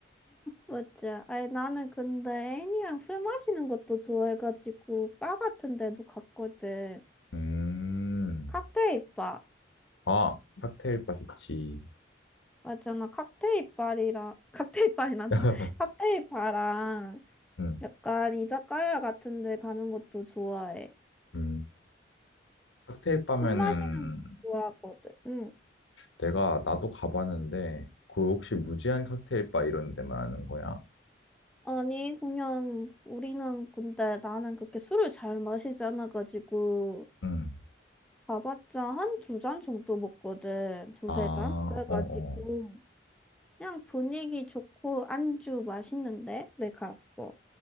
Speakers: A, in the centre; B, on the left.
A: 맞지. 아니, 나는 근데 애인이랑 술 마시는 것도 좋아해가지고 바 같은 데도 갔거든.
B: 음,
A: 칵테일 바.
B: 아, 칵테일 바 좋지.
A: 맞잖아. 칵테일 바리랑, <laughs> 칵테일 바리 난다.
B: <laughs>
A: <laughs> 칵테일 바랑
B: 응.
A: 약간 이자카야 같은 데 가는 것도 좋아해.
B: 음. 칵테일 바면은
A: 술 마시는 거 좋아하거든. 응.
B: 내가 나도 가봤는데 그 혹시 무제한 칵테일 바 이런 데 말하는 거야?
A: 아니, 그냥 우리는 근데 나는 그렇게 술을 잘 마시지 않아가지고
B: 응.
A: 가봤자 한 두 잔 정도 먹거든. 두세
B: 아,
A: 잔? 그래가지고
B: 어, 어.
A: 그냥 분위기 좋고 안주 맛있는데? 를 갔어.